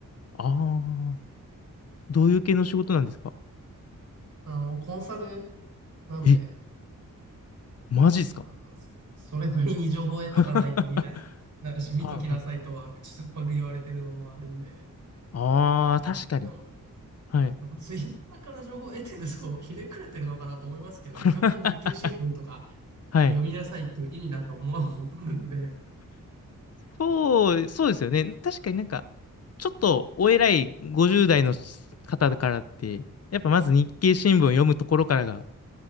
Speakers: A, on the left (about 50°); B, on the right (about 60°).
A: ああ、どういう系の仕事なんですか
B: あの、コンサルなんで、
A: え、マジですか
B: あの、それなりに情報を得とかないとみたいな。
A: <laughs> は
B: だし、見ときなさいとは口酸っぱく言われてるのもあるんで、
A: あ、はああー、確かに。
B: まあ、それでも、
A: はい。
B: でもツイッターから情報を得てるとひねくれてるのかなと思いますけどね、基本は日経新聞とか
A: <laughs> はい。
B: を読みなさいっていう意味だと思うんで、
A: そう、そうですよね。確かになんか、ちょっとお偉い50代の方からって、やっぱまず日経新聞を読むところからが